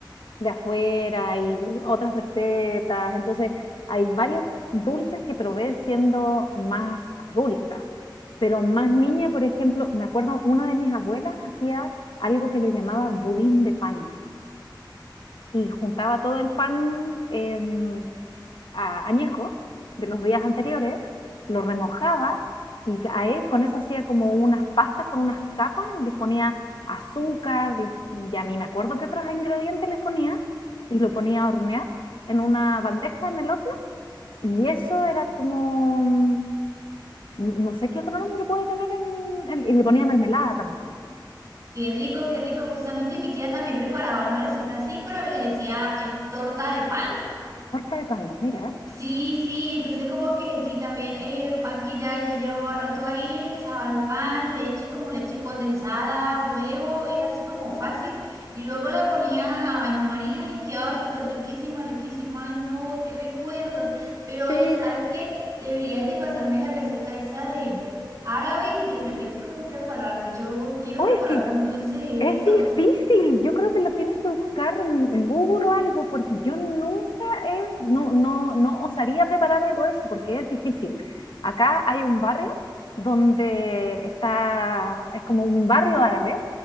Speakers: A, on the left; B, on the right.
A: de afuera y otras recetas. Entonces, hay varios dulces que probé siendo más adulta, pero más niña, por ejemplo, me acuerdo una de mis abuelas hacía algo que le llamaba budín de pan y juntaba todo el pan. em, a- añejo de los días anteriores, lo remojaba y a él con eso hacía como unas pastas con unas capas y les ponía azúcar, les- ya ni me acuerdo qué otros ingredientes les ponía y lo ponía a hornear en una bandeja en el horno y eso era como, mm, no sé qué otro nombre puede tener en, en- y le ponía mermelada también,
B: Qué rico, qué rico. Justamente mi tía también preparaba una receta así, pero le decía es torta de pan.
A: torta de pan, mira.
B: Sí, sí, entonces como que sí, también eh, pan que ya, ya llevaba rato ahí, le echaba el pan, leche como leche condensada, huevo, era así como fácil. Y luego la ponía a baño María y quedaba súper riquísima, riquísima. Ay, no, qué recuerdos. Pero oye,
A: Sí,
B: ¿sabes qué? Deberías de pasarme la receta esa de árabe y de repente cómo preparar. Yo quiero
A: Oh,
B: preparar
A: es que
B: un dulce de
A: Es
B: esos.
A: difícil, yo creo que lo tienes que buscar en, en Google o algo, porque yo nunca he, no, no, no osaría preparar algo de eso, porque es difícil. Acá hay un barrio donde está, es como un barrio árabe,